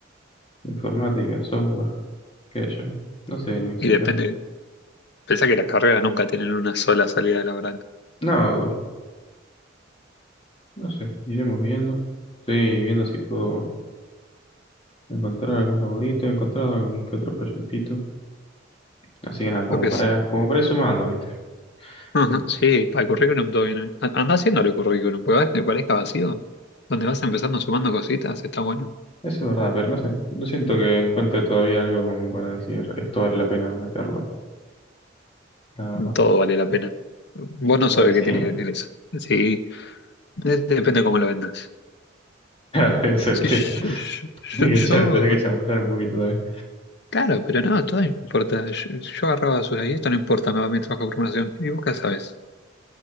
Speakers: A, on the left (about 30°); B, on the left (about 65°).
A: Informática, software, qué sé yo. No sé, no exactamente.
B: Y depende, pensá que las carreras nunca tienen una sola salida laboral.
A: No, no sé, iremos viendo. Estoy viendo si puedo. Encontrar algún laborito, he encontrado algún que otro proyectito. Así que nada, como
B: Lo que
A: para,
B: sí.
A: como para ir sumando, ¿viste?
B: Ajá,
A: Eso
B: sí, para el currículum todo bien. anda Andá haciéndolo el currículum, porque vas que parezca vacío. Donde vas empezando sumando cositas, está bueno.
A: es verdad, pero no sé. No siento que encuentre todavía algo como para decir esto vale la pena meterlo. La verdad.
B: Todo vale la pena. Vos no sabés
A: ¿Va a decir?
B: qué tiene que decir eso. Sí, es- depende cómo lo vendas.
A: Claro, <laughs> ese es el
B: Sí,
A: tema.
B: yo, yo-
A: Tenés
B: yo-
A: que
B: yo-
A: echar, tenés que chamullar un poquito también.
B: claro, pero no, todo importa. Yo, yo agarraba basura y esto no importa, me va mi trabajo de formación. ¿Y vos qué sabés?